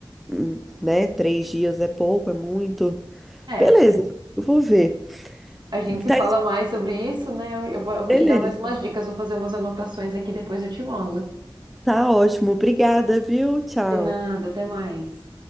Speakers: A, in the centre; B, on the right.
A: hum, né, três dias é pouco, é muito.
B: É,
A: Beleza, eu vou ver.
B: a gente se
A: Tá,
B: fala mais sobre isso, né? Eu, eu vou, eu vou
A: beleza.
B: te dar mais umas dicas, vou fazer umas anotações aqui, depois eu te mando.
A: Tá ótimo. Obrigada, viu? Tchau.
B: De nada, até mais.